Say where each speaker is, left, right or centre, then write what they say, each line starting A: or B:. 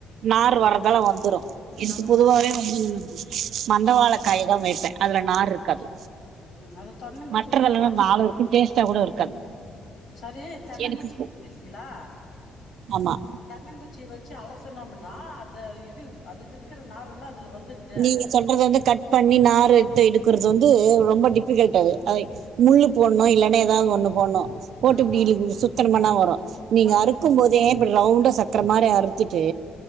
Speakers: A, on the right; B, on the left.
A: நார்
B: ம்
A: வர்றதலா வந்துரு இதுக்கு
B: நாங்க
A: பொதுவாவே
B: ம்
A: வந்து மந்த வாழ காய்தா வெப்பே அதுல நார் இருக் காட்டு
B: அது தென்னங்குச்சி
A: மற்றதல்லாலா
B: இல்லைங்களா
A: நாலு இருக்கு டேஸ்ட்டா கூட இருக்காது
B: செரி தென்னங்குச்சி
A: எனக்கு
B: வித்துட்ருந்தீங்ளா
A: ம
B: தென்னங்குச்சி வெச்சு அலசுனோம்னா அத இது அதுல இருக்கிற நாரெல்லா இதுல வந்துருது
A: நீ சொல்றது வந்து கட் பண்ணி நாறு எட்டு எடுக்கறது வந்து ரொம்ப டிஃபிகல்ட் அது அத முள்ளு போட்ண்ணு இல்லனா எதாது ஒன்னு போட்ணு போட்டு
B: ஆமா
A: இப்டி சுத்தனமனா வரு நீங்க
B: மண்
A: அறுக்கும்போது ன் இப்டி ரவுண்டா சக்கர மாரி அறுத்துட்டு